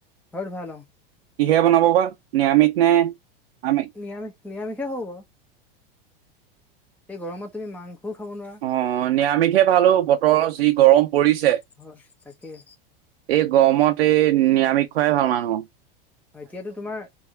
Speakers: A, in the centre; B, on the right.
A: ঘৰত ভাল অ
B: কিহেৰে বনাব ভাত নিৰামিষ নে আমিষ?
A: নিৰামিষ, নিৰামিষে হ'ব। এই গৰমত তুমি মাংসও খাব নোৱাৰা।
B: অ' নিৰামিষহে ভাল অ' বতৰৰ যি গৰম পৰিছে।
A: হয়, তাকেই।
B: এই গৰমত এই নিৰামিষ খোৱাই ভাল মানুহ।
A: হয়, এতিয়াতো তোমাৰ